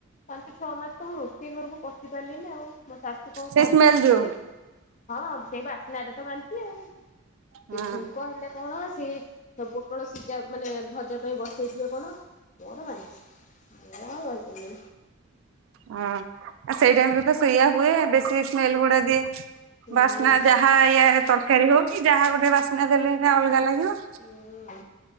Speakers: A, on the left (about 35°); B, on the right (about 65°).
A: ପାଞ୍ଚ ଛଅ ମାସ ତ ମୁଁ ରୋଷେଇ ଘରକୁ ପଶି ପାରିଲିନି ଆଉ। ମୋ ଶାଶୁ କଣ
B: ସେ
A: କରିଥିବେ
B: ସ୍ମେଲ ଯୋଉ
A: ଯଦି ହଁ ସେଇ ବାସ୍ନା ରେ ତ ବାନ୍ତି ଆଉ।
B: ହଁ।
A: ସେ ଛୁଙ୍କ ହେଲେ କଣ ସେ ପୋ ପୋଟଳ ସିଜା ମାନେ ଭଜା ପାଇଁ ବସେଇଥିବେ କଣ ମୋର ବାନ୍ତି। ମୁଁ ଆଉ ରହିପାରିବିନି।
B: ହଁ ସେଇ ଟାଇମରେ ତ ସେଇଆ ହୁଏ, ବେଶୀ ସ୍ମେଲ୍ ଗୁଡା ଦିଏ।
A: ହୁଁ
B: ବାସ୍ନା ଯାହା ଏୟା ତରକାରୀ ହଉ କି ଯାହା ଗୋଟେ ବାସ୍ନା ଦେଲେ ଏଇଟା ଅଲଗା ଲାଗିବ।
A: ହୁଁ